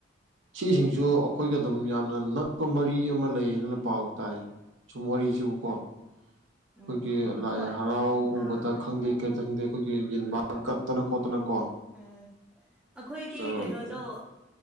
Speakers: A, on the right (about 75°); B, in the centre.
A: ꯁꯤꯁꯤꯡꯁꯨ ꯑꯩꯈꯣꯏꯒ ꯑꯗꯨꯝ ꯌꯥꯝꯅ ꯅꯛꯄ ꯃꯔꯤ ꯑꯃ ꯂꯩ ꯍꯥꯏꯅ ꯄꯥꯎ ꯇꯥꯏ ꯁꯨꯝ ꯋꯥꯔꯤꯁꯤꯕꯨꯀꯣ ꯑꯩꯈꯣꯏꯒꯤ
B: ꯎꯝ ꯎꯝ ꯎꯝ
A: ꯂꯥꯏ
B: ꯍꯣꯏ
A: ꯍꯔꯥꯎꯕꯗ
B: ꯑꯥ
A: ꯈꯪꯗꯦ ꯀꯩꯇ ꯈꯪꯗꯦ ꯑꯩꯈꯣꯏꯒꯤ ꯌꯦꯟꯕ ꯀꯠꯇꯅ ꯈꯣꯠꯇꯅꯀꯣ
B: ꯎꯝ ꯑꯩꯈꯣꯏꯒꯤ
A: ꯑꯥ
B: ꯀꯩꯅꯣꯗꯣ